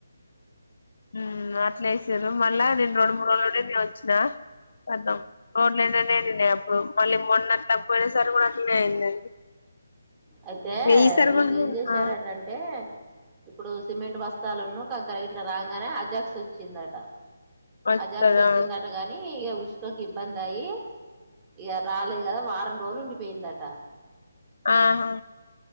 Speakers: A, on the left (about 65°); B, on the right (about 15°).
A: ఉం అట్లా వేసిరు మళ్ళా నేను రెండు మూడు రోజులు ఉండి వచ్చిన <unintelligible> రోడ్లనేనే నిండినయ్ అప్పుడు మళ్ళీ మొన్నట్లా పోయిన సరి కూడా అట్లనే అయిందండి.
B: అయితే
A: ఇగ ఈసారి
B: వీళ్ళు
A: కూడా
B: ఏం చేసార
A: ఆ
B: అటంటే ఇప్పుడు సిమెంట్ బస్తాలు ఉన్న కంకర్ గిట్లా రాగానే అజాక్స్ వచ్చిందట.
A: వస్తదా
B: అజాక్స్ వజిందట గాని ఎవ్ పష్కకి ఇబ్బంది ఆ య్యి ఇక రాలేదు కదా వారం రోజులు ఉండిపోయిందట ఎంపీపీ
A: ఆహా